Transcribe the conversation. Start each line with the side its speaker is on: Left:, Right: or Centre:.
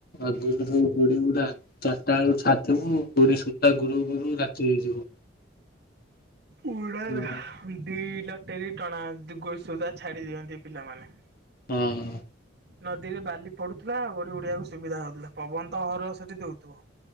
Left: ଆଗରୁ ଯୋଉ ଗୁଡ଼ି ଉଡ଼ାଚାରିଟା ବେଳୁ ଛାଥିବୁ ଗୁଡି ତା ଗୁରୁ ଗୁରୁ ରାତି ହେଇଯିବ।
Right: ଉଡ଼ାଦ
Left: ହଁ।
Right: ଦି ଲଟେରୀ ଟଣା ଗୋଡ଼ ସୁଧା ଛାଡ଼ି ଦିଅନ୍ତି ପିଲାମାନେମ
Left: ଓ ହ।
Right: ନଦୀରେ ବାଲି ପଡୁଥିଲା ଗୁଡି ଉଡିବାକୁ ସୁବିଧା ହଉଥିଲା ପବନ ତ ଅହରହ ସେଠି ଦଉଥିବ।